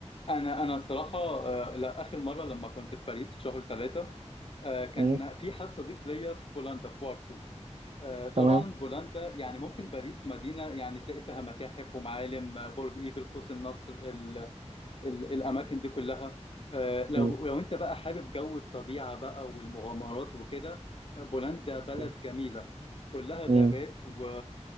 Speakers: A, on the left (about 50°); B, on the right (about 65°).
A: انا انا صراحه آه، لا اخر مره لما كنت في باريس في شهر ثلاثة آه، كان
B: مم،
A: في حد صديق ليا في بولندا في وارسو آه، طبعا
B: تمام
A: بولندا يعني ممكن باريس مدينه يعني تلاقي فيها متاحف ومعالم آه، برج ايفل قوس النصر ال- الاماكن دي كلها آه، لو
B: مم،
A: لو انت بقى حابب جو الطبيعه بقى والمغامرات وكده آه، بولندا بلد
B: مم،
A: جميله كلها غابات
B: مم،
A: و